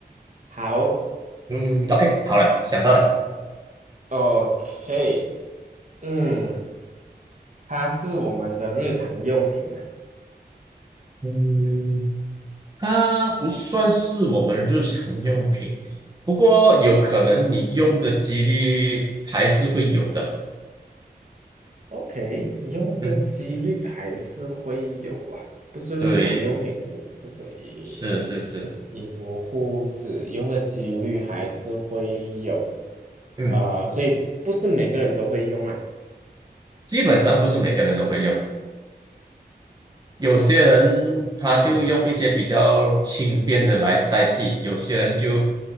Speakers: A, on the right; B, on the right.
A: 好
B: 嗯，OK，好了，想到了，
A: ，OK，嗯，它是我们的日常用品嘛
B: 嗯，它不算是我们日常用品，不过有可能你用的几率还是会有的，
A: 嗯，？OK，用的几率还是会有啊，
B: 嗯，
A: 不是日常用品哦，
B: 对，
A: 是不是衣
B: 是是是，
A: 衣服、裤子用的几率还是会有，
B: 嗯，
A: 呃，所以不是每个人都会用啊。
B: 基本上不是每个人都会用。有些人他就用一些比较轻便的来代替，
A: 嗯。
B: 有些人就